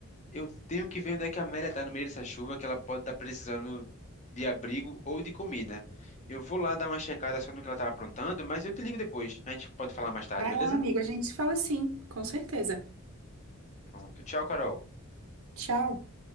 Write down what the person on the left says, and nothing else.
eu tenho que ver onde é que a Amélia tá no meio dessa chuva, que ela pode estar precisando de abrigo ou de comida. Eu vou lá dar uma checada só no que ela tá aprontando, mas eu te ligo depois. A gente pode falar mais tarde,
beleza?
Pronto. Tchau, Carol.